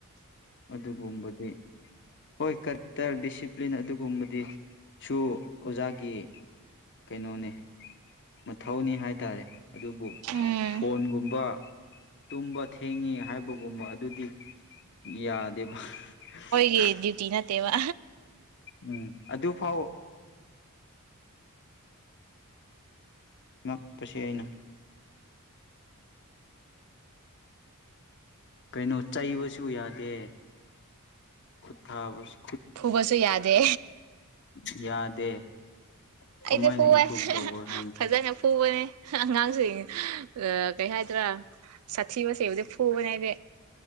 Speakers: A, on the left (about 50°); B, on the right (about 75°).
A: ꯑꯗꯨꯒꯨꯝꯕꯗꯤ ꯍꯣꯏ ꯀꯔꯛꯇꯔ ꯗꯤꯁꯤꯄ꯭ꯂꯤꯟ ꯑꯗꯨꯒꯨꯝꯕꯗꯤ ꯁꯨ ꯑꯣꯖꯥꯒꯤ ꯀꯩꯅꯣꯅꯤ ꯃꯊꯧꯅꯤ ꯍꯥꯏ ꯇꯥꯔꯦ ꯑꯗꯨꯕꯨ
B: ꯎꯝ
A: ꯐꯣꯟꯒꯨꯝꯕ ꯇꯨꯝꯕ ꯊꯦꯡꯉꯤ ꯍꯥꯏꯕꯒꯨꯝꯕ ꯑꯗꯨꯗꯤ ꯌꯥꯗꯦꯕ <unintelligible>
B: ꯗꯌꯨꯇꯤ ꯅꯠꯇꯦꯕ
A: ꯎꯝ ꯑꯗꯨ ꯐꯥꯎ ꯉꯛꯄꯁ‌ꯦ ꯑꯩꯅ ꯀꯩꯅꯣ ꯆꯩꯕꯁꯨ ꯌꯥꯗꯦ ꯈꯨ ꯊꯥꯕꯁꯨ
B: ꯐꯨꯕꯁꯨ ꯌꯥꯗꯦ
A: ꯌꯥꯗꯦ ꯀꯃꯥꯏꯅ
B: ꯑꯩꯗꯤ ꯐꯨꯋꯦ
A: ꯏꯝꯄ꯭ꯔꯨꯚ ꯇꯧꯕ ꯍꯥꯏꯕ
B: ꯐꯖꯅ ꯐꯨꯕꯅꯦ ꯑꯉꯥꯡꯁꯤꯡ ꯀꯩ ꯍꯥꯏꯗ꯭ꯔꯥ ꯁꯥꯊꯤꯕꯁꯦꯕꯨꯗꯤ ꯐꯨꯕꯅꯦ ꯑꯩꯗꯤ